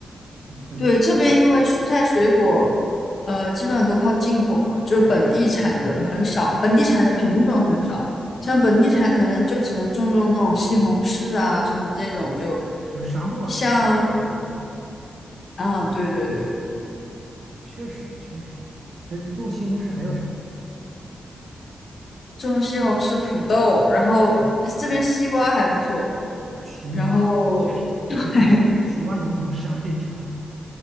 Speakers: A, on the right; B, on the left.
A: 你会腻
B: 对，这边因为蔬菜水果，呃，基本上都靠进口嘛，就是本地产的很少，
A: 哦，
B: 本地产的品种很少，
A: 嗯，
B: 像本地产可能就只能种种那种西红柿啊什么这种，就
A: 就是沙漠还是沙漠多是吗？
B: 像啊，对对对，
A: 嗯，确实确实，但是种西红柿还有啥？
B: 种西红柿、土豆，然后这边西瓜还不错，
A: 土豆儿啊啊，西瓜啊，
B: 然后
A: 确实确实，
B: <laughs>
A: 西瓜能从沙里长